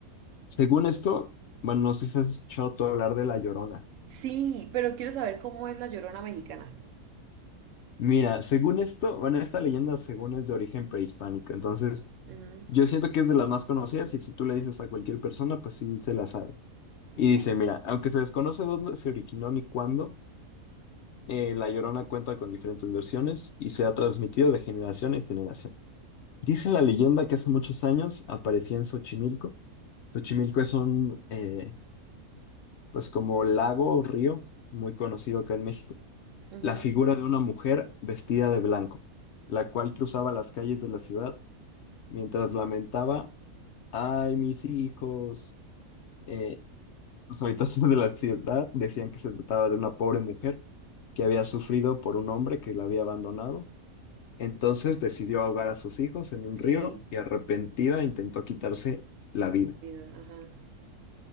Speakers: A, on the left; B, on the right.
A: Según esto, bueno, no sé si has escuchado tú hablar de La Llorona.
B: Sí, pero quiero saber cómo es la Llorona mexicana.
A: Mira, según esto, bueno, esta leyenda según es de origen prehispánico. Entonces,
B: Ujú,
A: yo siento que es de las más conocidas y si tú le dices a cualquier persona, pues sí se la sabe. Y
B: Sí.
A: dice, mira, aunque se desconoce dónde se originó ni cuándo, eh, La Llorona cuenta con diferentes versiones y se ha transmitido de generación en generación. Dice la leyenda que hace muchos años aparecía en Xochimilco. Xochimilco es un, eh, pues como lago o río muy conocido acá en México.
B: ujú,
A: La figura de una mujer vestida de blanco, la cual cruzaba las calles de la ciudad mientras lamentaba, ay, mis hijos, eh, Los habitantes de la ciudad decían que se trataba de una pobre mujer que había sufrido por un hombre que la había abandonado. Entonces decidió ahogar a sus hijos en un
B: Sí.
A: río y arrepentida intentó quitarse la vida.
B: Cuida, ajá.